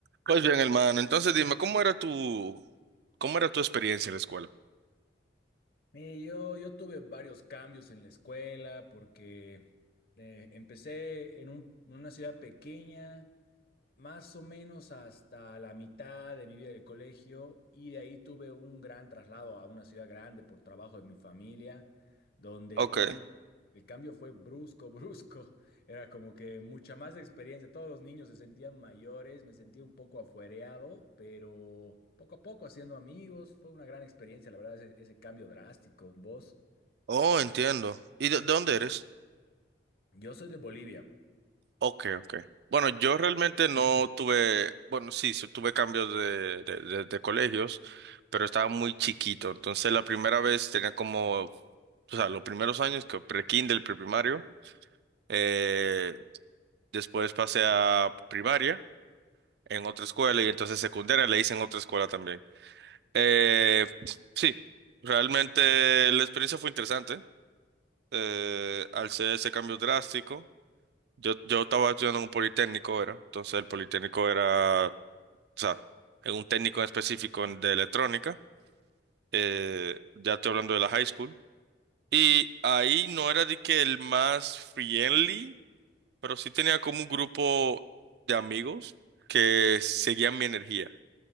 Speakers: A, on the right; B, on the left.
A: Pues bien, hermano, entonces dime, ¿cómo era tu, cómo era tu experiencia en la escuela?
B: Eh, yo, yo tuve varios cambios en la escuela porque eh, empecé en un- en una ciudad pequeña más o menos hasta la mitad de mi vida del colegio y de ahí tuve un gran traslado a una ciudad grande por trabajo de mi familia, donde
A: Ok.
B: el cambio, el cambio fue brusco, <laughs> brusco. Era como que mucha más experiencia. Todos los niños se sentían mayores, me sentía un poco afuereado, pero poco a poco haciendo amigos. Fue una gran experiencia, la verdad, ese, ese cambio drástico. ¿Vos?
A: Oh, entiendo. ¿Y de, de dónde eres?
B: Yo soy de Bolivia.
A: Ok, ok. Bueno, yo realmente no tuve, bueno, sí, sí tuve cambios de, de, de- de colegios, pero estaba muy chiquito. Entonces la primera vez tenía como, o sea, los primeros años que pre-kinder, preprimario. eh, después pasé a primaria en otra escuela y entonces secundaria le hice en otra escuela también. Eh, sí, realmente la experiencia fue interesante. Eh, al ser ese cambio drástico, yo, yo estaba estudiando en un politécnico, era. Entonces el politécnico era, o sea, en un técnico en específico en- de electrónica. Eh, ya estoy hablando de la high school. Y ahí no era de que el más friendly, pero sí tenía como un grupo de amigos que seguían mi energía,